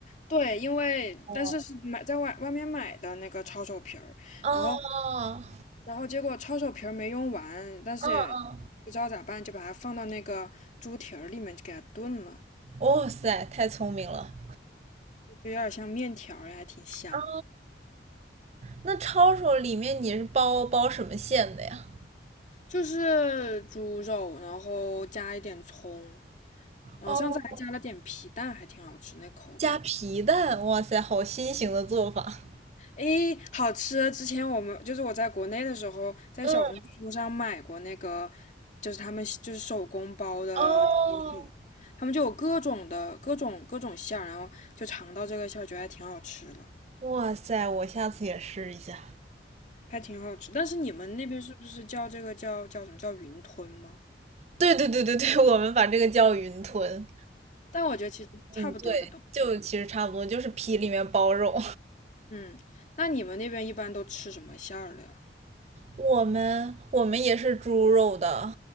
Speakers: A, on the left; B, on the right.
A: 对，因为但是是买在外外面买的那个抄手皮儿，
B: 哦，哦，
A: 然后然后结果抄手皮儿没用完，但是也不知道咋办，
B: 啊。
A: 就把它放到那个猪蹄儿里面就给它炖了，
B: 哇塞，太聪明了
A: 就有点像面条儿还挺香。
B: 啊！那抄手里面你是包包什么馅的呀？
A: 就是猪肉，然后加一点葱，然后上次还加了点皮蛋，
B: 哦，
A: 还挺好吃，那口感，
B: 加皮蛋，哇塞，好新型的做法。
A: 诶，好吃！之前我们就是我在国内的时候，在小红书上买过那个，
B: 嗯，
A: 就是他们就是手工包的猪手，
B: 哦，
A: 他们就有各种的各种各种馅儿，然后就尝到这个馅儿，觉得还挺好吃的，
B: 哇塞，我下次也试一下。
A: 还挺好吃。但是你们那边是不是叫这个叫叫什么叫云吞吗？
B: 对对对对对，我们把这个叫云吞。
A: 但我觉得其实差不多的东西。
B: 嗯，对，就其实差不多，就是皮里面包肉。
A: 嗯，那你们那边一般都吃什么馅儿的呀？
B: 我们我们也是猪肉的，